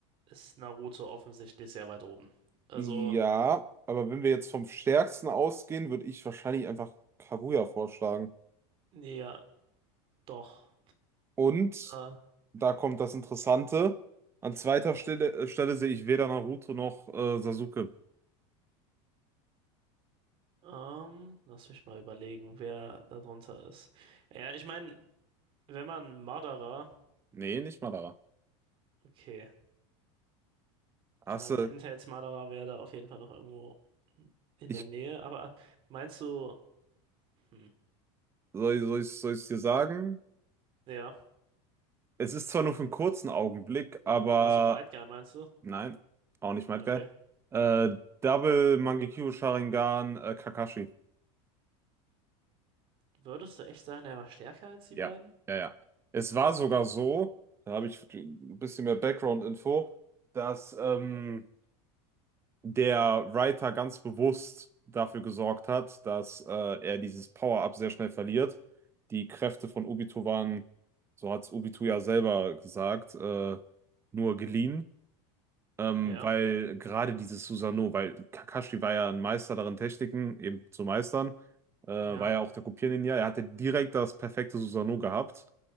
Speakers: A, on the right (about 35°); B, on the right (about 15°).
A: ist Naruto offensichtlich sehr weit oben. Also,
B: Ja, aber wenn wir jetzt vom Stärksten ausgehen, würde ich wahrscheinlich einfach Kaguya vorschlagen.
A: ja, doch.
B: Und
A: Äh,
B: da kommt das Interessante. An zweiter Stelle, äh, Stelle sehe ich weder Naruto noch äh, Sasuke.
A: ähm, lass mich mal überlegen, wer da drunter ist. Ja, ich meine, wenn man Madara,
B: Nee, nicht Madara.
A: okay.
B: Hast
A: Ich meine,
B: du,
A: Telltales Marderer wäre da auf jeden Fall noch irgendwo in
B: ich,
A: der Nähe. Aber meinst du, hm,
B: soll, soll ich, soll ich dir sagen?
A: ja,
B: Es ist zwar nur für einen kurzen Augenblick, aber
A: also Might Guy meinst du?
B: nein, auch nicht mal
A: Okay.
B: geil. Äh, Double Mangekyou Sharingan äh, Kakashi.
A: Würdest du echt sagen, er war stärker als die
B: Ja,
A: beiden?
B: ja, ja. Es war sogar so, da habe ich ein bisschen mehr Background-Info, dass ähm, der Writer ganz bewusst dafür gesorgt hat, dass äh, er dieses Power-Up sehr schnell verliert. Die Kräfte von Obito waren, so hat es Obito ja selber gesagt, äh, nur geliehen, ähm,
A: Ja,
B: weil gerade dieses Susanoo, weil Kakashi war ja ein Meister darin, Techniken eben zu meistern, äh, war
A: ja.
B: ja auch der Kopierninja, er hatte direkt das perfekte Susanoo gehabt.